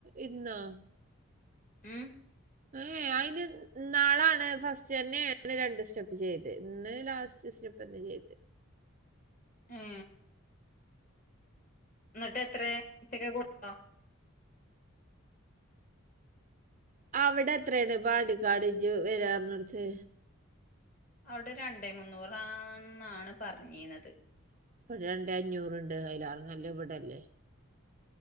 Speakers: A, on the right; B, on the left.
A: ഇന്നോ
B: ഉം
A: ഏ ഏ അയിന് ന്നാളാണ് ഫസ്റ്റ് തന്നെയാണ് രണ്ട് സ്റ്റെപ്പ് ചെയ്ത് ഇന്ന്ലാസ്റ്റ് സ്റ്റെപ്പെന്നെ ചെയ്തെ
B: ഏ എന്നിട്ട് എത്ര <unintelligible> കൊടുത്തോ
A: അവിടെ എത്രയാണ് പാണ്ടിക്കാട് ജ് വരാറിഞ്ഞോട്ത്ത്
B: അവിടെ രണ്ടേ മുന്നൂറാന്നാണ് പറഞ്ഞിനത്
A: <unintelligible>